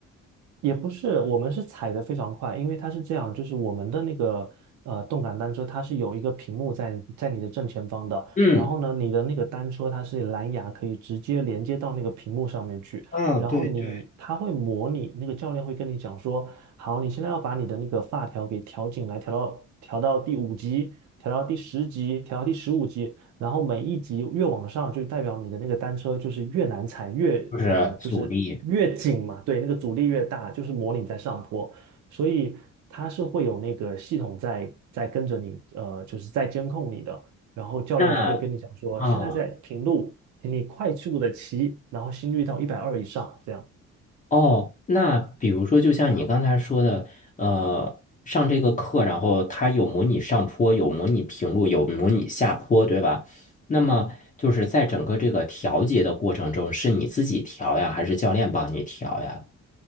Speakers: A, on the right (about 70°); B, on the left (about 25°).
A: 也不是，我们是踩得非常快，因为它是这样，就是我们的那个呃动感单车，它是有一个屏幕在在你的正前方的，
B: 嗯，
A: 然后呢，你的那个单车它是蓝牙可以直接连接到那个屏幕上面去，
B: 嗯，
A: 然后你它会模拟，
B: 对对。
A: 那个教练会跟你讲说，好，你现在要把你的那个发条给调紧来，调到调到第五级，调到第十级，调到第十五级，然后每一级越往上，就代表你的那个单车就是越难踩，越呃就是越紧嘛，
B: 就是阻力。
A: 对，那个阻力越大，就是模拟在上坡，所以它是会有那个系统在在跟着你，呃，就是在监控你的，然后教练就会跟你讲说，
B: 那啊。
A: 现在在平路，请你快速的骑，然后心率到一百二以上，这样。
B: 哦，那比如说，就像你刚才说的，呃，上这个课，然后它有模拟上坡，有模拟平路，有模拟下坡，对吧？那么就是在整个这个调节的过程中，是你自己调呀，还是教练帮你调呀？